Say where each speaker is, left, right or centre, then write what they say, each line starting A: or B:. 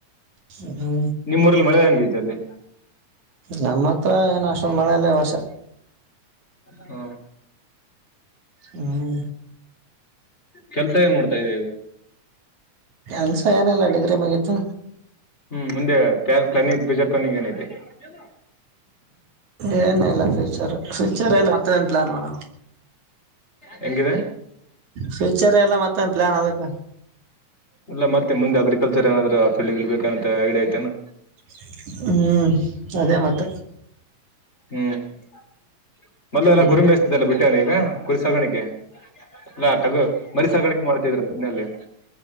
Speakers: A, on the right (about 75°); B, on the left (about 25°).
A: ಹ್ಮ
B: ನಿಮ್ಮೂರಲ್ಲಿ ಮಳೆ ಹೆಂಗೈತೆ ಅಲ್ಲಿ.
A: ನಮ್ಮ ಹತ್ರ ಏನು ಅಷ್ಟೊಂದು ಮಳೆ ಇಲ್ಲ ಈ ವರ್ಷ.
B: ಹ್ಮ
A: ಹ್ಮ್
B: ಕೆಲಸ ಏನ್ ಮಾಡ್ತಾ ಇದ್ದೀಯ ಇವಾಗ.
A: ಕೆಲ್ಸ ಏನಿಲ್ಲ ಡಿಗ್ರಿ ಮುಗಿತ್ತು
B: ಹ್ಮ್ ಮುಂದೆ ಪ್ಲಾನಿಂಗ್ ಬಜಾರ್ ಪ್ಲಾಂನ ಏನೈತಿ. ಹ <unintelligible>
A: ಏನೆಲ್ಲ ಪ್ಯೂಚರ್ ಪ್ಯೂಚರ್ ಇಲ್ಲ ಮತ್ತೆನ್ ಪ್ಲಾನ್ ಮಾಡಾಣ
B: ಹೆಂಗಿವೆ.
A: ಪ್ಯೂಚರೆ ಇಲ್ಲ ಮತ್ತೇನ್ ಪ್ಲಾನ್ ಅದಕ್ಕ.
B: ಇಲ್ಲ ಮತ್ತೆ ಮುಂದೆ ಅಗ್ರಿಕಲ್ಚರ್ ಏನಾದ್ರ ಪಿಲ್ಡ್ಗೆ ಇಳಿಬೇಕ ಅಂತ ಐಡಿಯಾ ಐತೆೇನಾ
A: <unintelligible> ಹ್ಮ್ ಅದೇ ಮತ್ತ
B: ಹ್ಮ್ <inaudible> ಮೊದ್ಲ
A: ಹ್ಮ್
B: ಎಲ್ಲ ಕುರಿಮೆಸ್ತದೆಲ್ಲ ಬಿಟ್ಟನ ಈಗ ಕುರಿ ಸಾಗಾಣಿಕೆ. ಅಲ್ಲಾಟಗ ಮರಿ ಸಾಗಾಣಿಕೆ ಮಾಡ್ತಿದ್ರ ಮನೆಯಲ್ಲಿ.